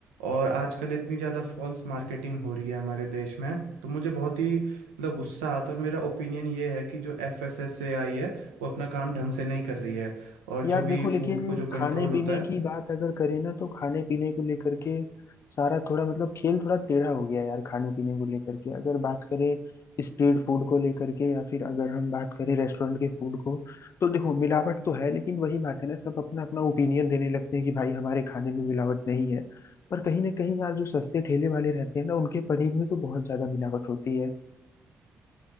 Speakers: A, on the right; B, on the left.
A: और आजकल इतनी ज़्यादा फॉल्स मार्केटिंग हो रही है हमारे देश में तो मुझे बहुत ही मतलब गुस्सा आता है और मेरा ओपिनियन ये है कि जो एफ एस एस आई है वो अपना काम ढंग से नहीं कर रही है और
B: यार
A: जो भी
B: देखो लेकिन
A: फूड को जो
B: खाने
A: कंट्रोल
B: पीने
A: होता है
B: की बात अगर करें ना तो खाने पीने को लेकर के सारा थोड़ा मतलब खेल थोड़ा टेढ़ा हो गया यार खाने पीने को लेकर के अगर बात करें स्ट्रीट फूड को लेकर के या फिर अगर हम बात करें रेस्टोरेंट के फूड को तो देखो मिलावट तो है लेकिन वही बात है ना सब अपना अपना ओपिनियन देने लगते हैं कि भाई हमारे खाने में मिलावट नहीं है पर कहीं ना कहीं यार जो सस्ते ठेले वाले रहते हैं ना उनके पनीर में तो बहुत ज्यादा मिलावट होती है